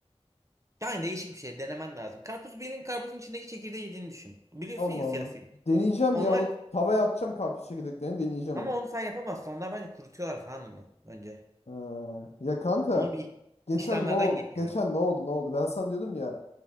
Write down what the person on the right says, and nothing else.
yani değişik bir şey. Denemen lazım. Karpuz bir elin karpuzun içindeki çekirdeği yediğini düşün. Biliyorsun
ya
siyah silik.
Onlar
ama
onu sen yapamazsın. Onlar bence kurutuyorlar falan onu önce.
Onun bir
işlemlerden
geçiyor.